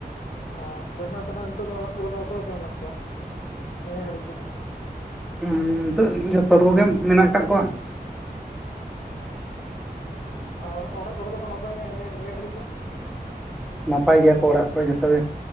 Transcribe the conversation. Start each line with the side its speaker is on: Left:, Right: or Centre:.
Left: ᱚ ᱵᱚᱭᱦᱟ ᱛᱟᱦᱞᱮ ᱱᱤᱛᱳᱜ ᱫᱚ ᱚᱲᱟᱜ ᱠᱚᱨᱮ ᱫᱚ ᱚᱠᱚᱭ ᱠᱚ ᱢᱮᱱᱟᱜ ᱠᱚᱣᱟ ᱱᱤᱭᱟᱹ ᱜᱷᱟᱹᱲᱤᱡ ᱫᱚ
Centre: ᱚᱦᱚᱸᱱᱤᱛᱚᱜ ᱡᱚᱛᱚ ᱦᱚᱲᱠᱚᱜᱮ ᱢᱮᱱᱟᱜ ᱟᱠᱟᱜ ᱠᱚᱣᱟ
Left: ᱚ ᱚᱲᱟᱜ ᱚᱲᱟᱜ ᱠᱚᱨᱮ ᱫᱚᱠᱚ ᱱᱟᱯᱟᱭ ᱜᱮᱭᱟ ᱱᱤᱱᱤᱭᱟᱹ ᱜᱷᱟᱹᱲᱤᱡ ᱫᱚ
Centre: ᱱᱟᱯᱟᱭ ᱜᱮᱭᱟ ᱠᱚ ᱚᱲᱟᱜ ᱠᱚᱨᱮ ᱡᱚᱛᱚ ᱜᱮ